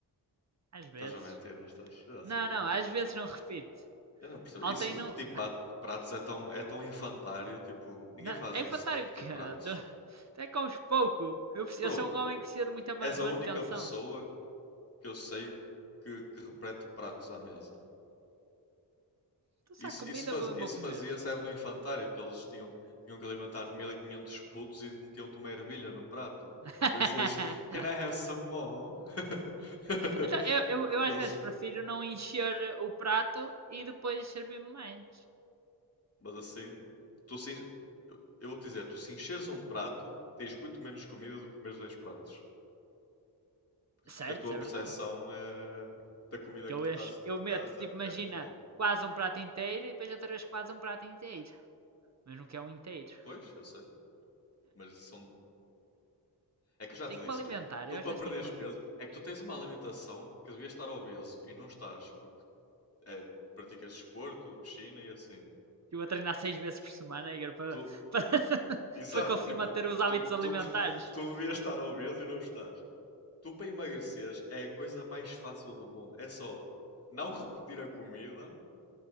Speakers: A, on the right; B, on the left.
A: às vezes.
B: Estás a mentir, não estás? Eu já
A: Não,
B: sabia.
A: não, às vezes não repito.
B: Eu não percebi.
A: Ontem
B: E se repetir
A: não.
B: pat- pratos é tão, é tão infantário, tipo, ninguém
A: não
B: faz
A: é
B: isso
A: infantário
B: de repetir
A: o quê?
B: pratos.
A: <laughs> Até comes pouco. Eu, preciso-
B: Bro,
A: eu sou um homem que precisa de muita manutenção.
B: és a única pessoa que eu sei que, que repete pratos à mesa.
A: Então, se
B: Isso,
A: há comida,
B: isso, faz-
A: eu
B: isso
A: vou comer.
B: fazia-se era no infantário, que eles tinham, tinham que alimentar 1500 putos e metiam-te uma ervilha no prato.
A: <laughs>
B: Depois dizias, Can I have some more? <laughs>
A: Então, eu, eu, eu
B: E
A: às
B: eles,
A: vezes prefiro não encher o prato e depois servir-me mais.
B: mas assim, tu se eu vou te dizer, tu se encheres um prato, tens muito menos comida do que comeres dois pratos. Porque
A: Certo,
B: a tua
A: isso é
B: percepção
A: verdade.
B: é da comida
A: Que
B: que
A: eu
B: estás,
A: encho,
B: que
A: eu
B: estás
A: meto,
B: é,
A: tipo, imagina,
B: é muito pouca.
A: quase um prato inteiro e depois outra vez quase um prato inteiro. Mas não quer um inteiro.
B: Pois, eu sei, mas são. É que eu já te
A: Tem que
B: disse,
A: me alimentar,
B: tu, tu
A: eu
B: para
A: às vezes
B: perderes
A: tenho que me
B: peso,
A: alimentar.
B: é que tu tens uma alimentação que devias estar obeso e não estás, porque é, praticas desporto, piscina e assim.
A: Eu vou treinar seis vezes por semana, Igor, para,
B: Tu,
A: para, <laughs>
B: exato,
A: para conseguir
B: tipo,
A: manter os hábitos
B: tu,
A: alimentares.
B: tu, <laughs> tu devias estar obeso e não estás. Tu para emagreceres é a coisa mais fácil do mundo. É só não repetir a comida,